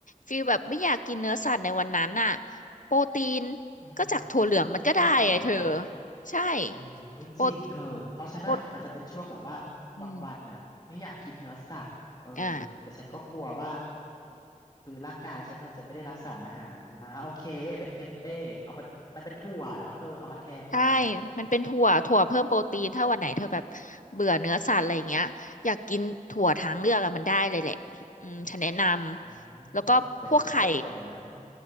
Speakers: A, on the left; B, on the left.
A: ฟีลแบบไม่อยากกินเนื้อสัตว์ในวันนั้นน่ะโปรตีน
B: อืม
A: ก็จากถั่วเหลืองมันก็ได้ไงเธอ
B: ฉันเป็นบ่อยนะ
A: ใช่
B: เออเฮ้ยจริงเธอเพราะฉันว่ามันจะเป็นช่วงแบบว่าบางวันน่ะไม่อยากกินเนื้อสัตว์เออ
A: โปรโปรอืมอ่า
B: แต่ฉันก็กลัวว่าคือร่างกายฉันมันจะไม่ได้รับสารอาหารอ่าโอเคเป็นเทมเป้เอามามันเป็นถั่วเนาะเธอเอามาแทนกัน
A: ใช่มันเป็นถั่วถั่วเพิ่มโปรตีนถ้าวันไหนเธอแบบเบื่อเนื้อสัตว์อะไรอย่างเงี้ยอยากกินถั่วทางเลือกอะมันได้เลยแหละอืมฉันแนะนำแล้วก็พวกไข่
B: อืมเดี๋ยวนะฉันจดก่อนนะเนี่ย